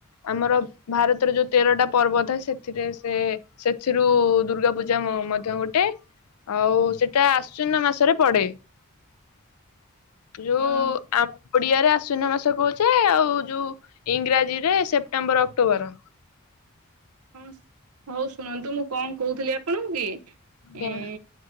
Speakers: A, on the left (about 85°); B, on the right (about 85°).
A: ଆମର ଭାରତରେ ଯୋଉ ତେରଟା ପର୍ବ ଥାଏ ସେଥିରେ ସେ। ସେଥିରୁ ଦୁର୍ଗା ପୂଜା ମଧ୍ୟ ଗୋଟେ। ଆଉ ସେଟା ଆଶ୍ୱିନ ମାସରେ ପଡେ। ଯୋଉ
B: ହଁ
A: ଆ ଓଡିଆରେ ଆଶ୍ୱିନ ମାସ କହୁଛେ ଆଉ ଯୋଉ ଇଂରାଜୀ ରେ ସେପ୍ଟେମ୍ବର ଅକ୍ଟୋବର।
B: ହଁ ହଉ ଶୁଣନ୍ତୁ ମୁଁ କଣ କହୁଥିଲି ଆପଣଙ୍କୁ କି
A: ଆଜ୍ଞା
B: ଏ।